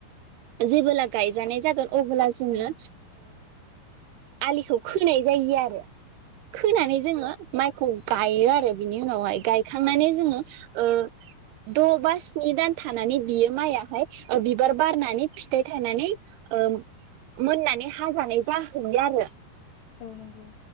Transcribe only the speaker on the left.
औ
औ नंगौ।